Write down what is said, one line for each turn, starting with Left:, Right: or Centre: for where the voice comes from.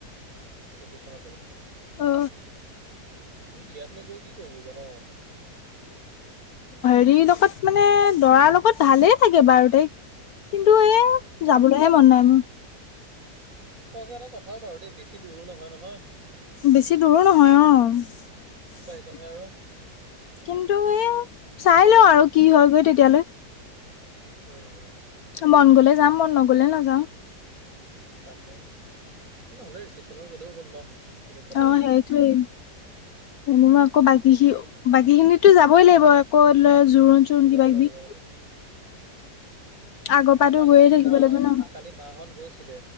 Right: ৰিচিপশ্যচনত যাবি।
Left: অ
Right: তুমি বিয়াতনো গৈ কি কৰিবা। <unintelligible>
Left: ৰি লগত মানে, দৰাৰ লগত ভালেই থাকে বাৰু তাইক। কিন্তু এই,
Right: উম
Left: যাবলৈহে মন নাই মোৰ।
Right: তই আকৌ এটা কথাও বাৰু দেই, বেছি দূৰো নহয় নহয়।
Left: বেছি দূৰো নহয় অ'।
Right: চনহে আৰু।
Left: কিন্তু এই, চাই লওঁ আৰু কি হয়গৈ তেতিয়ালৈ।
Right: উম উম।
Left: মন গলে যাম, মন ন'গলে নাযাওঁ।
Right: তাকেই, নহ'লে ৰিচিপশ্যনত গ'লেও হ'ল ন'। কিনো কথা
Left: অ',
Right: ওলাইছে
Left: সেইটোৱেই, এনেই আকৌ বাকী খি বাকীখিনিতো যাবই লাগিব, আকৌ ল জোৰোণ চোৰোণ
Right: যাব
Left: কিবা
Right: লাগিব
Left: কিবি।
Right: যাব লাগিব
Left: আগৰ পৰাতো
Right: কালি
Left: গৈয়ে থাকিব
Right: মা
Left: লাগিব
Right: হত,
Left: ন
Right: কালি মা হত গৈছিলে